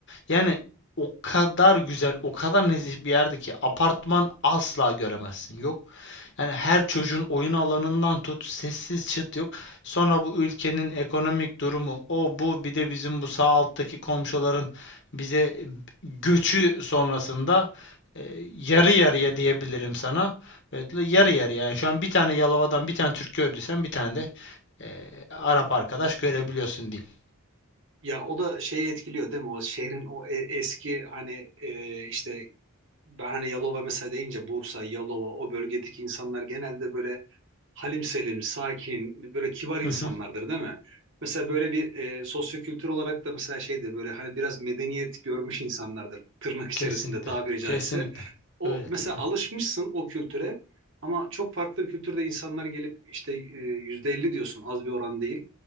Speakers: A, on the left; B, on the right.
A: Yani o kadar güzel, o kadar nezih bir yerdi ki apartman asla göremezsin. Yok yani her çocuğun oyun alanından tut sessiz çıt yok. Sonra bu ülkenin ekonomik durumu o bu bir de bizim bu sağ alttaki komşuların bize göçü sonrasında e, yarı yarıya diyebilirim sana. Evet, yarı yarıya yani şu an bir tane Yalova'dan bir tane Türk gördüysen bir tane de e, Arap arkadaş görebiliyorsun diyeyim.
B: Ya o da şeyi etkiliyor değil mi? O şehrin o e- eski hani e, işte ben hani Yalova mesela deyince Bursa, Yalova o bölgedeki insanlar genelde böyle halim selim, sakin, böyle kibar insanlardır
A: Hı hı,
B: değil mi? Mesela böyle bir e, sosyokültür olarak da mesela şeydi böyle hani biraz medeniyet görmüş insanlardır tırnak içerisinde
A: kesinlikle.
B: tabiri caizse.
A: Kesinlikle.
B: O
A: Öyle
B: mesela
A: tabii canım.
B: alışmışsın o kültüre ama çok farklı bir kültürde insanlar gelip işte e, %50 diyorsun az bir oran değil.